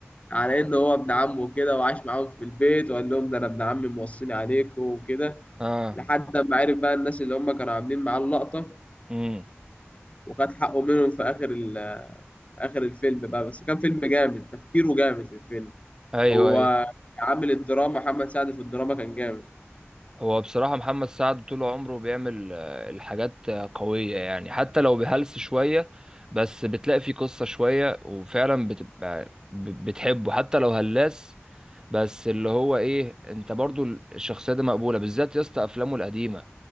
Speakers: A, on the left; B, on the right.
A: على انه هو ابن عمه كده وعاش معاهم في البيت وقال لهم ده انا ابن عمي موصيني عليكم وكده
B: اه
A: لحد ما عرف بقى الناس اللي هم كانوا عاملين معاه اللقطة
B: امم
A: وخد حقه منهم في آخر ال اخر الفيلم بقى بس كان فيلم جامد تفكيره جامد في الفيلم
B: ايوه
A: هو
B: ايوه
A: عامل الدراما محمد سعد في الدراما كان جامد
B: هو بصراحة محمد سعد طول عمره بيعمل آه، الحاجات آه، قوية يعني حتى لو بهلس شوية بس بتلاقي فيه قصة شوية وفعلا بتبقى ب- بتحبه حتى لو هلاس بس اللي هو ايه انت برضو الشخصية دي مقبولة بالذات يا اسطى افلامه القديمة